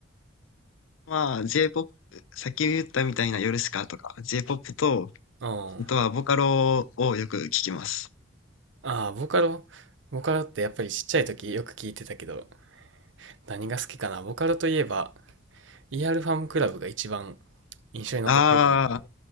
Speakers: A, on the left; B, on the right.
A: まあ、J-POP、先言ったみたいなヨルシカとか、J-POP と、
B: うん。
A: あとはボカロをよく聞きます。
B: ああ、ボカロ。ボカロってやっぱりちっちゃい時よく聞いてたけど、何が好きかなボカロといえば、イ e ルファームクラブが一番印象に残ってるかも。
A: ああ、